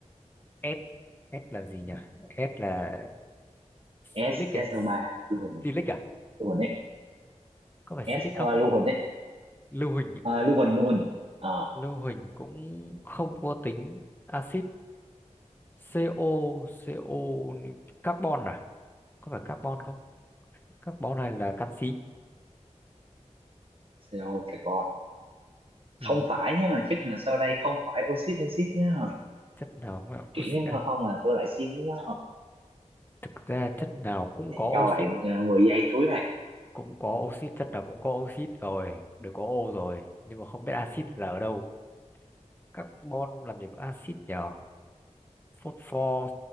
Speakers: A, on the left; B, on the right.
A: S S là gì nhỉ S là
B: <laughs>
A: Silic
B: S,
A: à
B: so ba lưu huỳnh,
A: Silic à
B: lưu huỳnh ấy.
A: có phải Silic
B: S, ờ,
A: không
B: lưu huỳnh ấy.
A: lưu huỳnh ấy.
B: Ờ, lưu huỳnh, lưu huỳnh. Ờ,
A: lưu huỳnh cũng không có tính axit CO CO carbon à có phải carbon không carbon này là canxi
B: CO carbon.
A: ừ.
B: Không phải nhá, chất nào sau đây không phải oxit axit nhá.
A: chất nào mà
B: Kỹ
A: oxit
B: nhá,
A: <laughs> à?
B: không là tôi lại xin đấy nhá.
A: thực ra chất nào cũng có
B: Cho
A: oxit
B: bạn ờ, 10 giây cuối này.
A: cũng có oxit chất nào cũng có oxit rồi đều có O rồi nhưng mà không biết axit là ở đâu carbon làm gì có axit nhỉ phốt pho